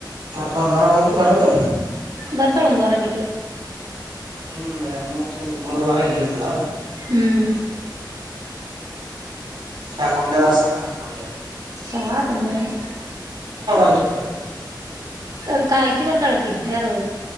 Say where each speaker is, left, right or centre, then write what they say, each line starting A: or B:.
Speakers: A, on the right (about 80°); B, on the right (about 55°).
A: ಮತ್ತೊಂದ್ ವಾರ ಹೋಗಿ ಬರದು.
B: ಬರ್ತಾಳ ಒಂದ್ ವಾರ ಬಿಟ್ಟು.
A: ಮತ್ತಿನ್ <unintelligible> ಮೂರ್ ತಿಂಗಳ ಮೂರ್ ವಾರ ಇಲ್ಲಿರ್ತಾಳ.
B: ಹ್ಮ್
A: ಯಾಕ ಒಂದೇ ಸಾಕಾತ ಅಲ್ಲೇ
B: ಸಾಕ್ ಒಂದವಾರ.
A: ಅಂತ ಹೋಗ್ತಾಳ ಆಕಿ
B: ಅದಕ್ ಅಕೀ ಬರ್ತಾಳ ಅಕೀ ಯಾರು